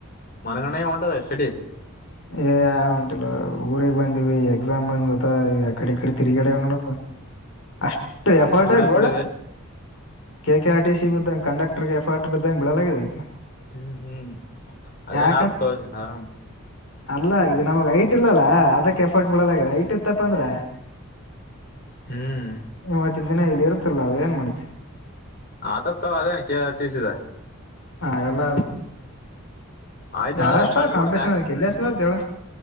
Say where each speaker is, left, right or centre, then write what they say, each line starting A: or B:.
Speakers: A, on the left; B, on the left.
A: ಮನಗಣೇ ಒಂಟದ ಶೆಡಿ
B: ಏ ಯಾವ ಉಂಟಿಲ್ಲ ಊಗ್ ಬಂದಿವವಿ ಎಕ್ಸಾಮ್ ಬಂದತ್ತ ಈ ಕಡೆ ಕಡೆ ತಿರುಗಡೆ ನೋಡ ಅಷ್ಟು ಎಫರ್ಟ್
A: ಮತ್ ದುಡಿಯದ್
B: ಆಗ ಬೋಲ
A: ಪಡ
B: ಕೆ ಆರ್ ಟ ಸಿ ಬ್ದಗೆ ಕಂಡಕ್ಟರ್ಗೆ ಎಫರ್ಟ್ ಬ್ದಂಗಗೆ ಬಿಳಲಾಗಿದೆ ಅದಕ್ಕೆ
A: ಹ್ಮ್ ಹ್ಮ್ ಅದೇ
B: ಯಾಕಂದ
A: ನತತ ಆರಾಮ
B: ಅಲ್ಲ ಇದು ನಮ್ ಐಟ್ ಇಲ್ಲಲ್ಲ ಅದಕ್ಕೆ ಎಫೋರ್ಟಬಲ್ ಆಗಿದೆ ಐ ತ್ತಪ್ಪ ಅಂದ್ರ
A: ಹ್ಮ್
B: ಇವತ್ತಿನ ದಿನ ಇಲಿರ ಲ್ಲ ಅವ ಏನ್ ಮಾಡ್ತೆ
A: ಆತತಾವ ಅದೇನ ಕೆ ಆರ್ ಟಿ ಸಿಿದ
B: ಹಲ್ಲ
A: ಆಯ್ತ
B: ಮಹಾರಾಷ್ಟ್ರ
A: ಅಂದ್ರೆ ಪಲ್ಟಿ
B: ಕಾಂಪಟಷನ್
A: ಕೊಡ
B: ಗೇಲ್ಲೇಸ ನದುವ